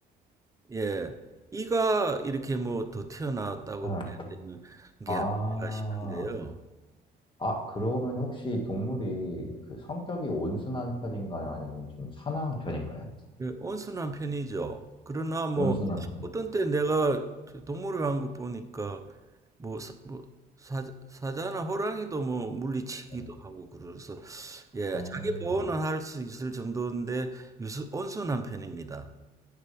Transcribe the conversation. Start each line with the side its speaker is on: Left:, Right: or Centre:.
Right: 예, 이가 이렇게 뭐 더 튀어나왔다고
Left: 네.
Right: 봐야 되는
Left: 아,
Right: 게 아닐까 싶은데요.
Left: 아, 그러면 혹시 동물이 그 성격이 온순한 편인가요? 아니면 좀 사나운 편인가요?
Right: 예, 온순한 편이죠. 그러나 뭐
Left: 온순한 편.
Right: 어떤 때 내가 저 동물의 왕국 보니까 뭐, 사, 뭐 사, 사자나 호랑이도 뭐 물리치기도
Left: 네.
Right: 하고 그래서 예
Left: 아,
Right: 자기 보호는 할 수 있을 정도인데 유수, 온순한 편입니다.